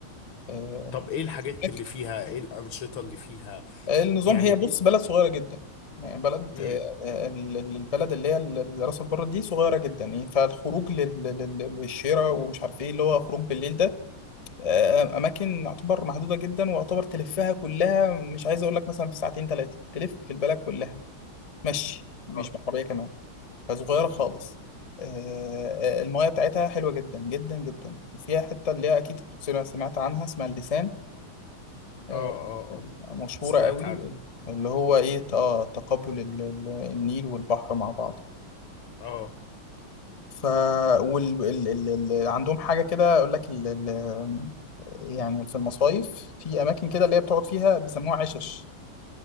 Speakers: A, on the left; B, on the left.
A: آه،
B: طب ايه الحاجات
A: هناك
B: اللي فيها ايه الانشطه اللي فيها
A: النظام
B: يعني
A: هي
B: في
A: بص بلد صغيره جدا يعني بلد
B: امم
A: آه، آه، ال- ال- البلد اللي هي ال- ال- راس البر دي صغيره جدا يعني فالخروج لل- لل- للشارع ومش عارف ايه اللي هو خروج بالليل ده آه، آه، اماكن يعتبر محدوده جدا ويعتبر تلفها كلها مش عايز اقول لك مثلا في ساعتين ثلاثه تلف في البلد كلها مشي مش
B: اه
A: بعربيه كمان فصغيرة خالص آه، آه، المايه بتاعتها حلوة جدا جدا جدا وفيها حتة اللي هي أكيد سمع- سمعت عنها اسمها اللسان آه،
B: اه اه اه
A: مشهورة
B: سمعت
A: قوي
B: عنه
A: اللي هو إيه اه تقابل ال- ال- النيل والبحر مع بعض
B: اه
A: ف وال... ال... ال... ال... عندهم حاجة كده أقول لك ال... ال... يعني في المصايف في أماكن كده اللي هي بتقعد فيها بيسموها عشش